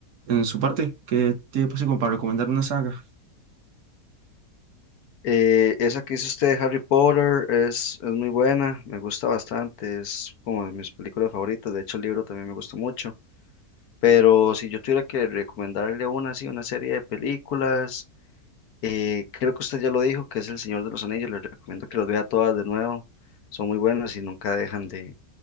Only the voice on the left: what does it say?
Eh, esa que hizo usted de Harry Potter es, es muy buena, me gusta bastante, es como de mis películas favoritas, de hecho el libro también me gusta mucho, pero si yo tuviera que recomendarle una así, una serie de películas, eh, creo que usted ya lo dijo, que es El Señor de los Anillos, le recomiendo que los vea todas de nuevo, son muy buenas y nunca dejan de,